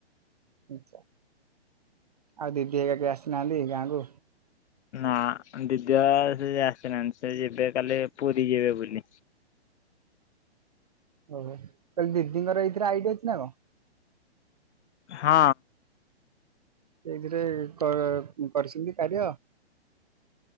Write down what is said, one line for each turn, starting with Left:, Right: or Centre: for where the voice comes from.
Right: ଅଚା ଆଉ ଦିଦି ହେରିକା କେଇ ଆସିନାହାନ୍ତି ଗାଁକୁ?
Left: ନା ଦିଦି ଆଉ ଆସି ଆସିନାନ୍ତି ସେ ଯିବେ କାଲି ପୁରୀ ଯିବେ ବୁଲି। <inaudible>
Right: ଓହୋ କଇଲି ଦିଦିଙ୍କର ଏଇଥିରେ ଆଇଡି ଅଛି ନା କଣ?
Left: ହଁ।
Right: ସେଇଥିରେ କ-କରିଛନ୍ତି କାରୟ।